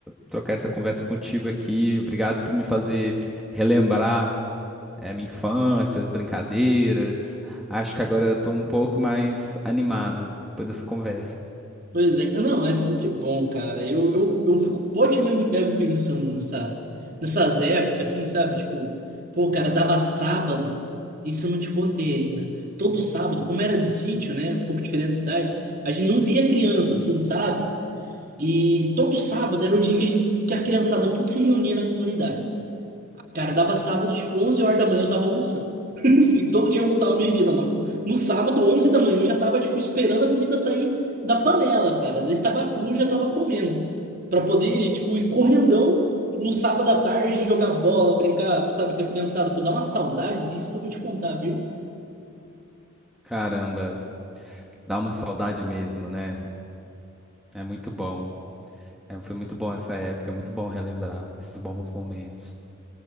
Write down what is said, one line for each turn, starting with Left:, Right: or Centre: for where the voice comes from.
Centre: trocar essa conversa contigo aqui. Obrigado por me fazer relembrar é, minha infância, as brincadeiras. Acho que agora eu tô um pouco mais animado depois dessa conversa.
Right: Pois é, não, é sempre bom, cara. Eu, eu, eu fico, pode mesmo me pego pensando nessa, nessas épocas, assim, sabe? Tipo, pô, cara, dava sábado, isso eu não te contei ainda. Todo sábado, como era de sítio, né? Um pouco diferente da cidade, a gente não via criança, assim, sabe? E todo sábado era o dia que a gente, que a criançada tudo se reunia na comunidade. Cara, dava sábado, tipo, 11 horas da manhã eu tava almoçando. E todo dia eu almoçava meio-dia, não, mano. No sábado, 11 da manhã, eu já tava, tipo, esperando a comida sair da panela, cara. Às vezes tava cru, já tava comendo. Pra poder, tipo, ir correndão no sábado à tarde, jogar bola, brincar, sabe, com a criançada. Pô, dá uma saudade disso que eu vou te contar, viu?
Centre: Caramba, dá uma saudade mesmo, né? É muito bom. É, foi muito bom essa época, é muito bom relembrar esses bons momentos.